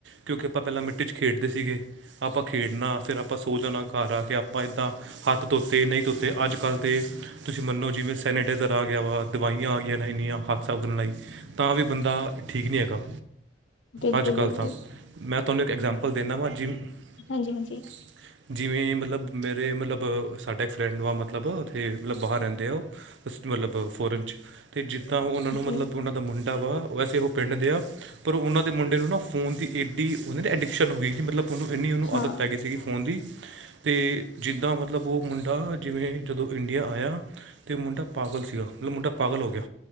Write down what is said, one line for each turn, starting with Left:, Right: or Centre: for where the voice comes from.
Right: ਕਿਉਂਕਿ ਆਪਾਂ ਪਹਿਲਾਂ ਮਿੱਟੀ 'ਚ ਖੇਡਦੇ ਸੀਗੇ ਆਪਾਂ ਖੇਡਣਾ, ਫਿਰ ਆਪਾਂ ਸੋ ਜਾਣਾ ਘਰ ਆ ਕੇ ਆਪਾਂ ਏਦਾਂ ਹੱਥ ਧੋਤੇ, ਨਹੀਂ ਧੋਤੇ, ਅੱਜ ਕੱਲ੍ਹ ਤੇ ਤੁਸੀਂ ਮੰਨੋ, ਜਿਵੇਂ ਸੈਨੇਟਾਈਜ਼ਰ ਆ ਗਿਆ ਵਾ, ਦਵਾਈਆਂ ਆ ਗਈਆਂ ਨੇ ਇੰਨੀਆਂ, ਹੱਥ ਸਾਫ਼ ਕਰਨ ਲਈ। ਤਾਂ ਵੀ ਬੰਦਾ, ਠੀਕ ਨੀਂ ਹੈਗਾ।
Left: ਬਿਲਕੁਲ
Right: ਅੱਜ-ਕੱਲ੍ਹ
Left: ਬਿਲਕੁਲ
Right: ਤਾਂ, ਮੈਂ ਤੁਹਾਨੂੰ ਇੱਕ ਐਗਜਾਮਪਲ ਦਿੰਨਾਂ ਵਾਂ ਜਿਮ
Left: ਹਾਂਜੀ-ਹਾਂਜੀ।
Right: <unintelligible> ਜਿਵੇਂ ਮਤਲਬ, ਮੇਰੇ ਮਲਬ, ਸਾਡਾ ਇੱਕ ਫਰੈਂਡ ਵਾ ਮਤਲਬ, ਉੱਥੇ ਮਤਲਬ ਬਾਹਰ ਰਹਿੰਦੇ ਆ ਉਹ ਅਸ ਮਤਲਬ, ਫੋਰਨ ਚ' ਤੇ ਜਿੱਦਾਂ ਉਹਨਾਂ ਨੂੰ ਮਤਲਬ
Left: ਜੀ
Right: ਉਹਨਾਂ ਦਾ ਮੁੰਡਾ ਵਾ, ਵੈਸੇ ਉਹ ਪਿੰਡ ਦੇ ਆ ਪਰ ਉਹਨਾਂ ਦੇ ਮੁੰਡੇ ਨੂੰ ਨਾ ਫੋਨ ਦੀ ਏਡੀ, ਉਹਦੇ ਐਡਿਕਸ਼ਹਨ ਹੋਈ ਸੀ, ਮਤਲਬ ਉਹਨੂੰ ਇੰਨੀ ਉਹਨੂੰ
Left: ਹਾਂ
Right: ਆਦਤ ਪੈ ਗਈ ਸੀਗੀ ਫ਼ੋਨ ਦੀ, ਤੇ ਜਿੱਦਾਂ ਮਤਲਬ ਉਹ ਮੁੰਡਾ ਜਿਵੇਂ ਜਦੋਂ ਇੰਡੀਆ ਆਇਆ ਤੇ ਮੁੰਡਾ ਪਾਗਲ ਸੀਗਾ, ਮਤਲਬ ਮੁੰਡਾ ਪਾਗਲ ਹੋ ਗਿਆ,